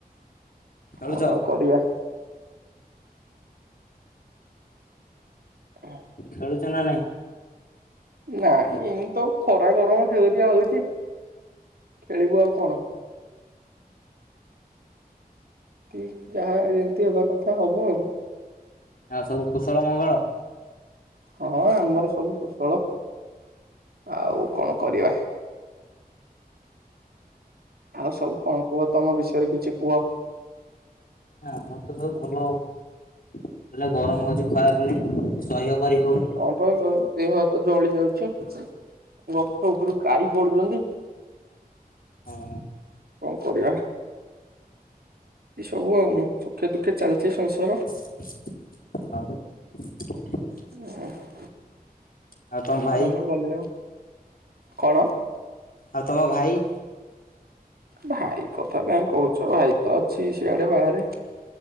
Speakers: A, on the left; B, on the right.
A: ଖେଳୁଛ
B: କଣ ଆଉ କରିବା? <unintelligible>
A: ଖେଳୁଛ ନା ନାଇଁ
B: ନାଇଁ ଏଇନେତ ଖରା ଗରମ ଜୋରିଆ ହଉଛି ଖେଳିବୁ ଆଉ କଣ? କି ଯାହା ଯେମିତି ହେବା କଥା ହବ ଆଉ
A: ଆଉ ସବୁ କୁଶଳ ମଙ୍ଗଳ?
B: ହଁ ଆମର ସବୁ କୁଶଳ ଆଉ କଣ କରିବା? ଆଉ ସବୁ କଣ କୁହ ତମ ବିଷୟରେ କିଛି କୁହ?
A: ଆମର ତ ସବୁ ଭଲ ଆଉ। ହେଲେ ଗରମ ହଉଛି ଖରାପ ଦିନେ ସହ୍ୟ କରି ହଉନି।
B: ହଁ ପା ଏଇ ଦେହ ହାତ ଜଳି ଯାଉଛି। ଗଛ ଉପରୁ ଖାଇ ପଡୁଛନ୍ତି।
A: ହଁ।
B: କଣ କରିବା ଏଇ ସବୁ ଆଉ ସୁଖେ ଦୁଃଖେ ଚାଲିଛି ସଂସାର।
A: <unintelligible>
B: <unintelligible>
A: ଆଉ ତମ ଭାଇ
B: ହାଲୋ ହାଲୋ କଣ?
A: ଆଉ ତମ ଭାଇ
B: ଭାଇ କଥା କାଇଁ କହୁଛ ଭାଇ ତ ଅଛି ସିଆଡେ ବାହାରେ